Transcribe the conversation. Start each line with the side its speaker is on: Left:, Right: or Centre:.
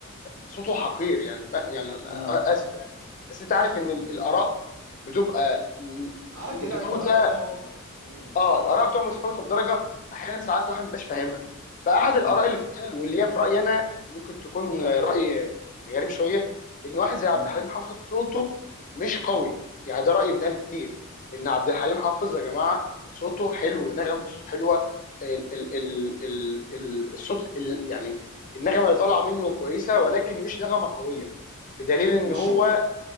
Left: صوته حقير يعني ف... يعني انا
Right: مم،
Left: اسف يعني بس انت عارف ان ال-
Right: مم.
Left: الاراء بتبقى م-
Right: عادي
Left: متفاوته
Right: لا ده انا فاهم قصدك مم،
Left: اه الاراء بتبقى متفاوته بدرجه
Right: مم،
Left: احيانا ساعات الواحد ما بيبقاش فاهمها فاحد الاراء
Right: مم،
Left: اللي بتتقال واللي هي في رايي انا ممكن تكون راي غريب شويه ان واحد زي عبد
Right: مم.
Left: الحليم حافظ صوته مش قوي يعني ده راي بيتقال كتير ان عبد الحليم حافظ يا جماعه صوته حلو نغمه صوته حلوه ال ال ال ال ال الصوت ال يعني النغمه اللي طالعه منه كويسه ولكن مش نغمه قويه بدليل ان
Right: مش
Left: هو
Right: شرط